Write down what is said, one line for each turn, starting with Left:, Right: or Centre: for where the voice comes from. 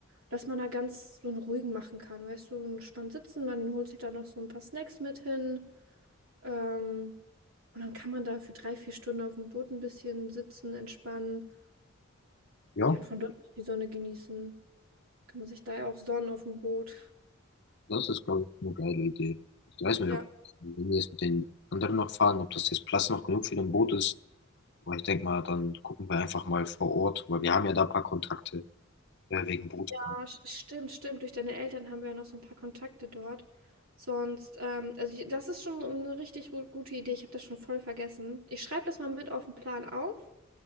Right: dass man da ganz so einen ruhigen machen kann. Weißt du, so entspannt sitzen, man holt sich da noch so ein paar Snacks mit hin. Ähm, und dann kann man da für drei, vier Stunden auf dem Boot ein bisschen sitzen, entspannen.
Left: ja,
Right: Ja, und von dort aus die Sonne genießen. Kann man sich da ja auch sonnen auf dem Boot.
Left: das ist, glaube ich, eine geile Idee. Ich weiß nicht,
Right: Ja.
Left: ob, wenn wir jetzt mit den anderen noch fahren, ob das jetzt Platz noch genug für ein Boot ist. Aber ich denke mal, dann gucken wir einfach mal vor Ort, weil wir haben ja da ein paar Kontakte äh, wegen Boot.
Right: Ah, sch- stimmt, stimmt. Durch deine Eltern haben wir ja noch so ein paar Kontakte dort. Sonst, ähm, also ich, das ist schon eine richtig ru- gute Idee. Ich habe das schon voll vergessen. Ich schreibe das mal mit auf den Plan auf.